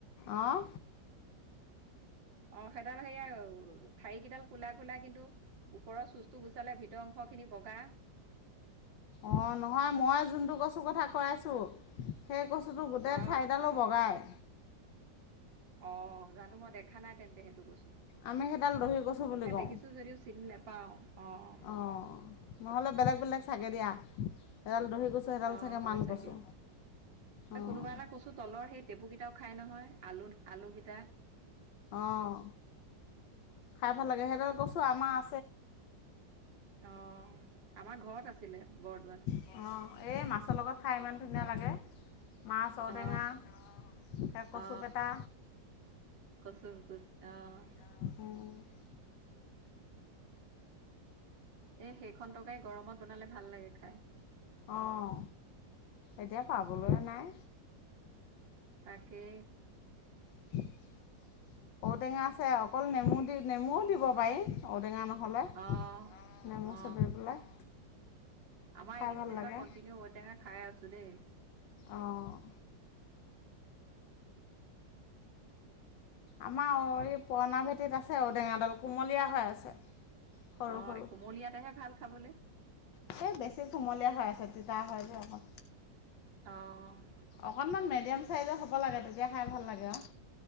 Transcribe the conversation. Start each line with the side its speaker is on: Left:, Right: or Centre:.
Left: অঁ
Right: অঁ সেইডাল সেয়া ঠাৰিকেইডাল ক'লা ক'লা কিন্তু ওপৰৰ চোচটো গুচালে ভিতৰৰ অংশখিনি বগা।
Left: অঁ নহয় মই যোনটো কচুৰ কথা কৈ আছোঁ। সেই কচুটো গোটেই
Right: অ
Left: ঠাৰিদালো বগাই।
Right: অ, জানো মই দেখা নাই তেন্তে সেইটো কচু।
Left: আমি সেইডাল দহি কচু বুলি
Right: এ
Left: কওঁ
Right: দেখিছো যদিও চিনি নাপাওঁ, অঁ।
Left: অঁ নহ'লে বেলেগ বেলেগ চাগে দিয়া, সেইডাল দহি ক চু এডাল
Right: অ
Left: চাগে
Right: হয়
Left: মান
Right: চাগে
Left: কচু, অঁ।
Right: এ কোনোবা এটা কচু তলৰ সেই টেপুকেইটাও খাই নহয়, আলু আলুকেইটা।
Left: অঁ, খাই ভাল লাগে, সেইদাল কচু আমাৰ আ
Right: অঁ, আমাৰ ঘৰত আছিলে বৰদোৱাত।
Left: অঁ এই মাছৰ লগত খাই ইমান ধুনীয়া লাগে। মাছ ঔটেঙা
Right: অ
Left: হে কচুপেটা।
Right: অ কচু কুছ অঁ।
Left: উম
Right: এ সেইখন টৰকাৰী গৰমত বনালে ভাল লাগে খাই।
Left: অঁ, এতিয়া পাবলৈ নাই।
Right: তাকে
Left: <inaudible> ঔটেঙা আছে, অকল নেমু দি নেমুও দিব পাৰি। ঔটেঙা নহ'লে
Right: অ
Left: নেমু
Right: অ
Left: চেপি পেলাই-
Right: আমাৰ
Left: খাই
Right: এইকেইদিন
Left: ভাল
Right: যেনিবা
Left: লাগে
Right: কণ্টিনিউ ঔটেঙা খাই আছো দেই।
Left: অঁ- আমাৰ এই পুৰণা ভেটিত আছে ঔ টেঙাডাল, কুমলীয়া হৈ আছে। সৰু
Right: অ'
Left: সৰু
Right: কুমলীয়াতেহে ভাল খাবলে।
Left: এই বেছি কুমলীয়া হৈ আছে, তিতা হয় যে অকণ।
Right: অঁ!
Left: অকনমান মিডিয়াম চাইজৰ হ'ব লাগে তেতিয়া খাই ভাল লাগে আও।